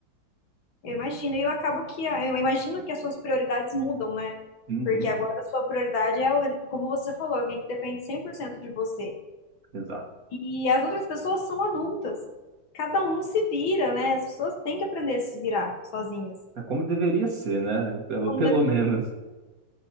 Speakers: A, on the left; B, on the right.
A: Eu imagino, e eu acabo que a- eu imagino que as suas prioridades mudam, né?
B: Uhum,
A: Porque agora a sua prioridade é, o- como você falou, alguém que depende 100% de você.
B: exato.
A: E as outras pessoas são adultas. Cada um se vira, né? As pessoas têm que aprender a se virar sozinhas.
B: É como deveria ser, né? Pelo,
A: Como
B: pelo
A: deve...
B: <laughs> menos.